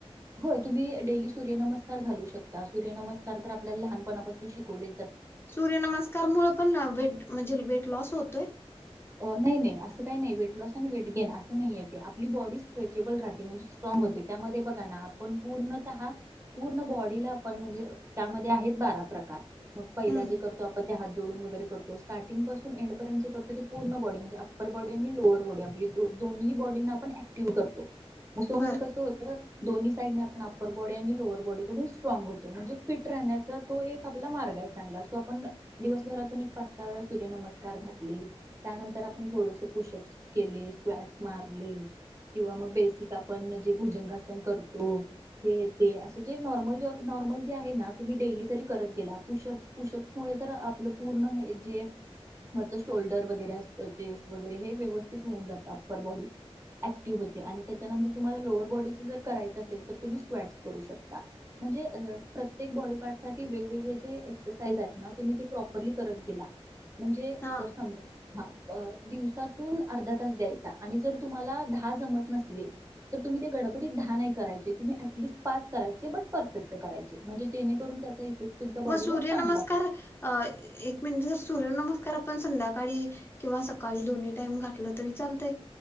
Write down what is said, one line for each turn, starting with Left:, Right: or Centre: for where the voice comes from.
Right: होय तुम्ही डेली सूर्यनमस्कार घालू शकता सूर्यनमस्कार तर आपल्याला लहानपणापासून शिकवले
Left: सूर्य नमस्कारमुळे पण वेट म्हणजे वेट लॉस होतोय
Right: नाही नाही असं काही नाही वेट लॉस आणि वेट गेन असं नाही य ते आपली बॉडी स्ट्रेचेबल राहते म्हणजे स्ट्राग होते त्यामध्ये बघा ना आपण पूर्णतः पूर्ण बॉडीला आपण म्हणजे त्यामध्ये आहेत बारा प्रकार मग पहिला
Left: हम्म
Right: जे करतो आपण ते हात जोडून वगैरे करतो स्टार्टिंग पासून एंडपर्यंत जे करतो पूर्ण बॉडी म्हणजे अप्पर बॉडी आणि लोअर बॉडी आपली दोनही बॉडींना आपण ऍक्टिव्ह करतो उस म्हणजे
Left: बर
Right: कसं होतं दोन्ही साईडने आपण अप्पर बॉडी आणि लोअर बॉडीकडून स्ट्राग होतो म्हणजे फिट राहण्याचा तो एक आपला मार्ग आहे चांगला सो आपण दिवसभरातून एक पाच सहा वेळा सूर्य नमस्कार घातले त्यानंतर आपण थोडस पुशअप्स केले स्वटस मारले किंवा मग बेसिक आपण जे भुजंगासन करतो हे ते असं जे नॉर्मल नॉर्मल जे आहे ना तुम्ही डेली जरी करत गेलाशपशप्स मु तर आपलं पूर्ण हे जे शोल्डर वगैरे असत चेस्ट वगैरे हे व्यवस्थित होऊन जात अप्पर बॉडी ऍक्टिव्ह होते आणि त्याच्यानंतर तुम्हाला लोअर बॉडी जर करायच असेल तर तुम्ही स्क्वट करू शकता म्हणजे प्रत्येक बॉडी पार्ट साठी वेगवेगळे जे एक्सरसाज आहेत ना तुम्ही ते प्रपरली कर केला म्हणजे
Left: हा
Right: ह दिवसातून अर्धा तास द्यायचा आणि जर तुम्हाला दहा जमत नसलतील तर तुम्ही ते गडबडीत दहा नाही करायचे तुम्ही ॲटलिस्ट पाच करायचे बट परफेक्ट करायचे म्हणजे जेणेकरून इफेक्ट तुमच्या बॉडीवर
Left: मग सूर्य
Right: चांगला
Left: नमस्कार
Right: होईल.
Left: अ एक मिनट जर सूर्य नमस्कार आपण संध्याकाळी किंवा सकाळी दोन्ही टाईम घातलं तरी चालतंय